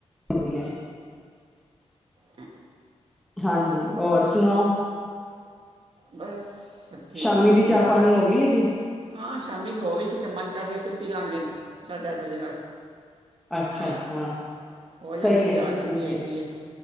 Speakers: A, in the centre; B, on the right.
A: ਹੁੰਦੀ ਹੈ।
B: ਹ
A: ਹਾਂਜੀ ਹੋਰ ਸੁਣਾਓ
B: ਬਸ ਸਭ ਠੀਕ
A: ਸ਼ਾਮੀ
B: ਹੈ
A: ਦੀ
B: ਬਸ ਹੁਣ
A: ਚਾਹ ਪਾਣੀ ਹੋ ਗਈ ਹੈ ਜੀ
B: ਹਾਂ ਸ਼ਾਮੀ ਜੇ ਹੋਵੇ ਕਿਸੇ ਮਨ ਕਰ ਜੇ ਫਿਰ ਪੀ ਲਾਂਗੇ ਸਾਢੇ ਅੱਠ ਵਜੇ ਨਾਲ
A: ਅੱਛਾ
B: ਹਾਂ
A: ਅੱਛਾ
B: ਹੋ ਜਾਂਦੀ
A: ਸਹੀ
B: ਚਾਹ
A: ਹੈ ਜੀ
B: ਆ ਜਾਂਦੀ
A: ਸਹੀ
B: ਹੈਗੀ
A: ਹੈ